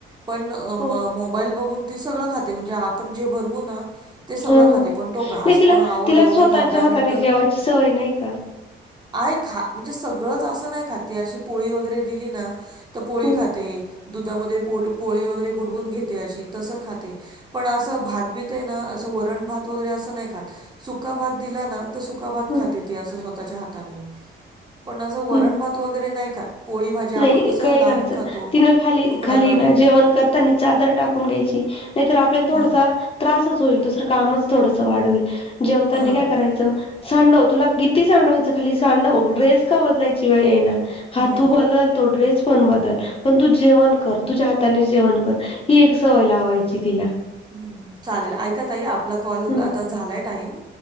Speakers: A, on the right (about 20°); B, on the left (about 30°).
A: पण
B: हो
A: मोबाईल बघून ती सगळ खाते म्हणजे आपण जे भरवू ना ते सगळं
B: हा
A: खाते, पण तो घास
B: नाही तिला
A: पण आवो
B: तिला
A: एवढं
B: स्वतःच्या
A: दहा- दहा
B: हाताने
A: मिनटं.
B: जेवायची सवय नाही का
A: आहे खा- म्हणजे सगळंच असं नाही खात ती. अशी पोळी वगैरे दिली ना तर पोळी
B: ह
A: खात दुधामध्ये पोड- पोळी वगैरे बुडवून घेते अशी तसं खाते. पण असं भात- बीत ये ना, असं वरण भात वगैरे असं नाही खात सुका भात दिला ना तर सुका भात
B: ह
A: खाते ती असं स्वतःच्या हातानी. पण असं वरण
B: हम्म
A: भात वगैरे नाही खात. पोळी भाजी आपण
B: नाही
A: कसं
B: काय
A: लावून
B: करायचं
A: खातो,
B: तिनं खाली
A: तुकडा
B: खाली
A: काढून.
B: ना जेवण करतानी चादर टाकून घ्यायची नाहीतर आपल्याला थोडसा,
A: हां.
B: त्रासच होईल, दुसरं कामच थोडस वाढल. जेवतानी
A: हां,
B: काय करायचं, सांडव. तुला किती सांडवायचं खाली सांडव. ड्रेस का बदलायची वेळ येईना, हा
A: हां.
B: तू बदल तो ड्रेस पण बदल पण तू जेवण कर तुझ्या हातानी जेवण कर. ही एक सवय लावायची तिला.
A: हम्म चालेल. ऐका ताई आपला कॉल
B: हम्म
A: आता झालाय टाईम